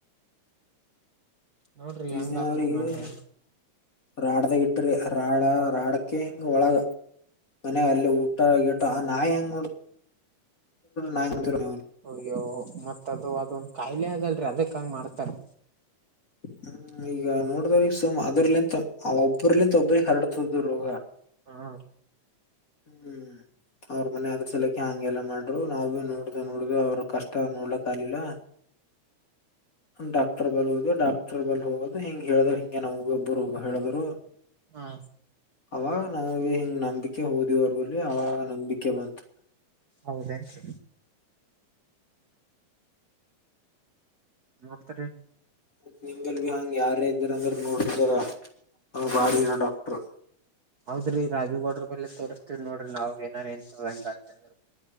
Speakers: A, on the right; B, on the left.
A: ನೋಡ್ರಿ
B: ಈಸ್
A: ಹೆಂಗ
B: ದೀನ
A: ಆತದ
B: ಅವನೀಗೆ
A: ಮಾಡ್ರಿ
B: ರಾಡದ ಇಟ್ರಿ ರಾಡ ರಾಡಕ ಹಿಂಗ ಒಳಗ ಮನ ಅಲ್ಲಿ ಊಟ ಗಿಟ್ಟ ಆ ನಾಯಿ ಹೆಂಗ ನಾಯಿ ಹ
A: ಅಯ್ಯೋ ಮತ್ತ ಅದು ಅದೊಂದ ಕಾಯಿಲೆ ಆದಲ್ರರಿ ಅದಕ್ಕ ಹಂಗ ಮಾಡತಾರ್
B: ಹ್ಮ್ ಈಗ ನೋಡ್ದ್ರೀಗ ಸುಮ್ ಅದರ್ಲೆಂತ ಆ ಒಬ್ರಲಿಂತ ಒಬ್ಬ್ರಿಗೆ ಹರಡ್ತದ ರೋಗಾ
A: ಹಾ
B: ಹ್ಮ್ ಅವ್ರ ಮನೆ ಆದ್ರ ಸಲ ಹಂಗೆಲ್ಲ ಮಾಡ್ರು ನಾವ್ ಭಿ ನೋಡ್ದ ನೋಡ್ದ ಅವ್ರ ಕಷ್ಟ ನೋಡ್ಲಕ್ ಆಗ್ಲಿಲ್ಲ ಡಾಕ್ಟರ್ ಬಲ್ ಹೋದೆ ಡಾಕ್ಟರ್ ಬಲ್ ಹೋಗೋದು ಹಿಂಗಗೆ ಹೇಳ್ದ ಹಿಂಗೆ ನಮ್ಗ ಒಬ್ರು ಹೇಳಿದ್ರು
A: ಹಾ
B: ಅವಾಗ ನಾವಗೆ ಹಿಂಗ್ ನಂಬಿಕೆ ಹೋದಿವ ಅವರಬಲ್ಲಿ ಅವಾಗ ನಂಬಿಕೆ ಬಂತು
A: ಹೌದೇನ್ರಿ ಮತ್ತರೀ
B: ಮತ್ ನಿಮ್ದಲ್ ಭ ಹಾಂಗ ಯಾರೇ ಇದ್ದೀರ ಅಂದ್ರ ನೋಡ್ರಿ ಜರಾ ಅದಾರ ಅವರ ಬಾರಿನ ಡಾಕ್ಟರ್
A: ಹೌದ್ರಿ ರಾಜುಗೌಡ್ರ ಬಲ್ಲೇ ತೋರಿಸಸ್ತೀವಿ ನೋಡ್ರಿ ನಾವ್ ಏನಾರ ಎನ್ಂತ ಹೆಂಗ ಆತ ಅಂದ